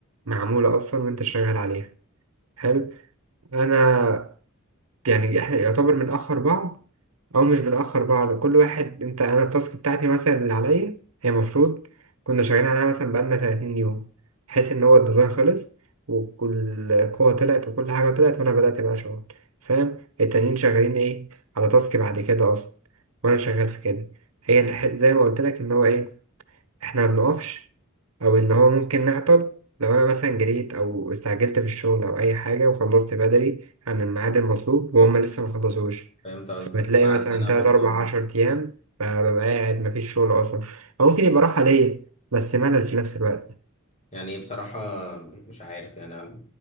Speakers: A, on the right; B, on the left.
A: معمولة أصلا وأنت شغال عليها حلو أنا يعني إحنا يعتبر بنأخر بعض أو مش بنأخر بعض كل واحد أنت أنا التاسك بتاعتي مثلا اللي عليا هي المفروض كنا شغالين عليها مثلا بقالنا 30 يوم بحيث إن هو الديزاين خلص وكل قوة طلعت وكل حاجة طلعت وأنا بدأت بقى شغل فاهم التانيين شغالين إيه على تاسك بعد كده أصلا وأنا شغال في كده هي الح- زي ما قلت لك إن هو إيه احنا ما بنقفش او ان هو ممكن نعطل لو انا مثلا جريت او استعجلت في الشغل او اي حاجه وخلصت بدري عن الميعاد المطلوب وهم لسه ما خلصوش
B: فهمت قصدك
A: فبتلاقي
B: احنا
A: مثلا
B: عندنا
A: 3
B: برضو
A: 4 10 ايام فببقى قاعد ما فيش شغل اصلا او ممكن يبقى راحه ليا بس ملل في نفس الوقت
B: يعني بصراحة مش عارف يعني أنا